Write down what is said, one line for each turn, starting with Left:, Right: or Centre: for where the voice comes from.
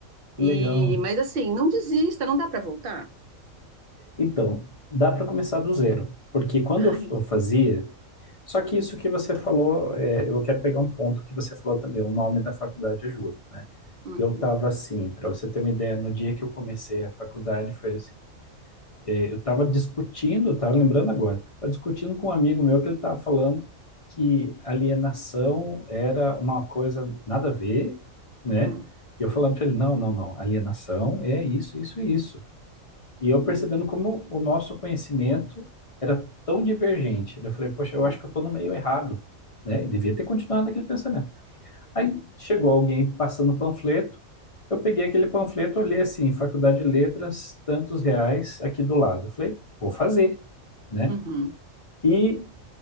Left: Que
Right: E,
Left: Legal.
Right: mas assim, não desista, não dá para voltar.
Left: Então, dá para começar do zero, porque quando
Right: Ai,
Left: eu, eu fazia, só que isso que você falou, é, eu quero pegar um ponto que você falou também, o nome da faculdade ajuda, né?
Right: uhum,
Left: E eu estava assim, para você ter uma ideia, no dia que eu comecei a faculdade foi assim. eh, Eu estava discutindo, estava lembrando agora, estava discutindo com um amigo meu que ele estava falando que alienação era uma coisa nada a ver, né?
Right: uhum,
Left: E eu falando para ele, não, não, não, alienação é isso, isso e isso. E
Right: uhum,
Left: eu percebendo como o nosso conhecimento era tão divergente. Eu falei, poxa, eu acho
Right: uhum,
Left: que eu estou no meio errado, né? E devia ter continuado naquele pensamento. Aí
Right: uhum,
Left: chegou alguém passando panfleto. Eu peguei aquele panfleto, olhei assim, Faculdade de Letras, tantos reais aqui do lado. Falei, vou fazer, né?
Right: uhum,
Left: E